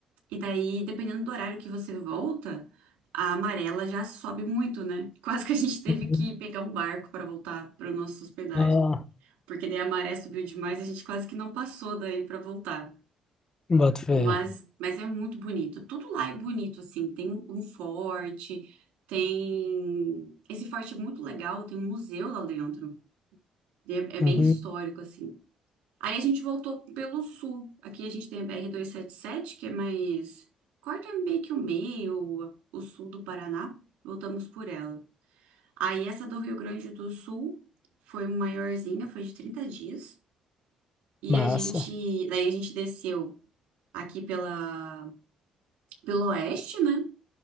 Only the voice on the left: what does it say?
Uhum.
Ah,
boto fé.
Uhum.
Massa.